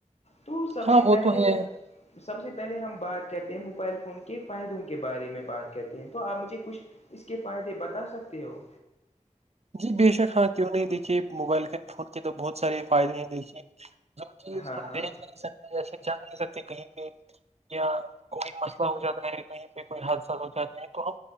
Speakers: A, on the left; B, on the right.
A: تو سب
B: ہاں
A: سے
B: وہ
A: پہلے
B: تو ہے
A: سب سے پہلے ہم بات کرتے موبائل فون کے فائدوں کے بارے میں بات کرتے ہیں تو آپ مجھے کچھ اس کے فائدے بتا سکتے ہو
B: جی بے شک ہاں کیوں نہیں دیکھیے موبائل کے فون کے تو بہت سارے فائدے ہیں دیکھیے جو چیز
A: ہاں
B: ہم
A: ہاں
B: دیکھ نہیں سکتے جیسے جان نہیں سکتے کہیں بھیہ یا کوئی مسئلہ ہو جاتا ہے کہیں پہ کوئی حادثات ہو جاتی ہیں تو ہم